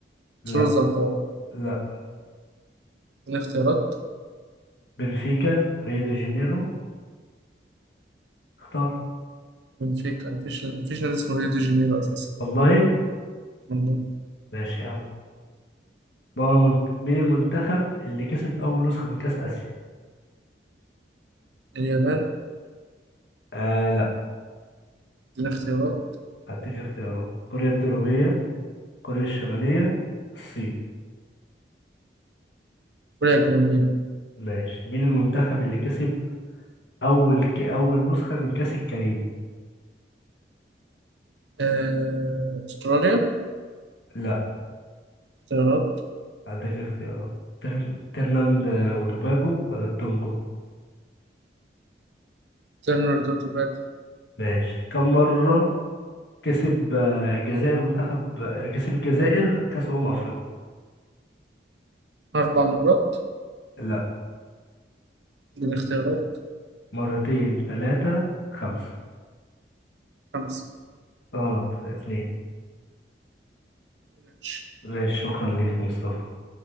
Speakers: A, on the left; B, on the right.
A: لا
B: سور الزرقاء
A: لا
B: الاختيارات
A: بنفيكا ريو دي جانيرو اختار
B: بنفيكا مفيش مفيش نادي اسمه ريو دي جانيرو أساسا
A: والله
B: والله
A: ماشي يا عم ما هو المنت... مين المنتخب اللي كسب أول نسخة من كأس آسيا؟
B: اليابان
A: آه لا
B: دي اختيارات
A: هديك اختيارات كوريا الجنوبية كوريا الشمالية الصين
B: كوريا الجنوبية
A: ماشي مين المنتخب اللي كسب أول ك... أول نسخة من كأس الكاريبي؟
B: آه، أستراليا
A: لا
B: اختيارات
A: هديك اختيارات تر... ترلاند وتوباجو ولا التونجو؟
B: ترينيداد وتوباكو
A: ماشي كم مرة كسب آه، الجزائر منتخب آه، كسب الجزائر كأس أمم أفريقيا؟
B: أربع مرات
A: لا
B: دي الاختيارات
A: مرتين ثلاثة خمسة
B: خمسة
A: غلط اتنين
B: ماشي
A: ماشي شكرا ليك يا مصطفى